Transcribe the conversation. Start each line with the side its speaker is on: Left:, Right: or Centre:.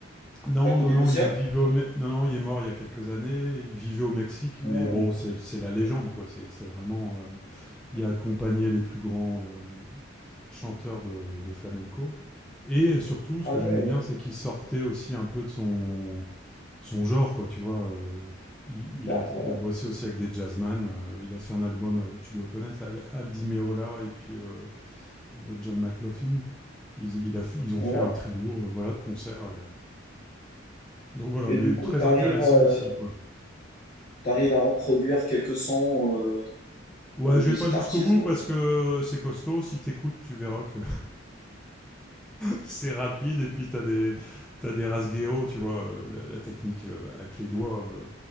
Centre: non,
Left: Paco
Centre: non,
Left: de
Centre: non,
Left: Lucia?
Centre: il vivait au, Me- non, non, il est mort il y a quelques années. Il vivait au Mexique,
Left: Ouais.
Centre: mais bon, c'est c'est la légende, quoi. C'est c'est vraiment, euh, il a accompagné les plus grands euh, chanteurs de, de flamenco. Et surtout,
Left: Ah
Centre: ce que
Left: ouais.
Centre: j'aimais bien, c'est qu'il sortait aussi un peu de son, son genre, quoi, tu vois. euh, il, il
Left: D'accord.
Centre: a, il a bossé aussi avec des jazzman. euh, il a fait un album, euh, tu dois connaître, Al- Aldi Meola et puis euh, euh, John McLaughlin. Ils, il a ils ont
Left: Ouais.
Centre: fait un trio, euh, voilà, de concerts. et- Donc voilà,
Left: Et
Centre: mais
Left: du coup,
Centre: très
Left: t'arrives,
Centre: intéressant
Left: euh,
Centre: aussi, quoi.
Left: t'arrives à reproduire quelques sons euh,
Centre: Ouais,
Left: euh,
Centre: je
Left: de
Centre: vais
Left: cet
Centre: pas jusqu'au
Left: artiste
Centre: bout
Left: ou-
Centre: parce que c'est costaud. Si t'écoutes, tu verras que c'est rapide et puis t'as des t'as des rasgueo, tu vois, euh, la, la technique euh, avec les doigts euh,